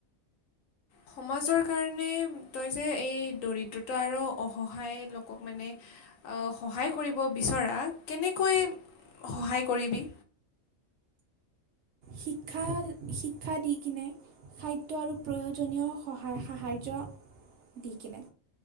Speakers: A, on the left; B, on the right.
A: সমাজৰ কাৰণে তই যে এই দৰিদ্ৰতা আৰু অসহায় লোকক মানে, অ'- সহায় কৰিব বিচৰা, কেনেকৈ সহায় কৰিবি?
B: শিক্ষা- শিক্ষা দি কিনে, খাদ্য আৰু প্ৰয়োজনীয় সহায়-সাহাৰ্য্য দি কেনে।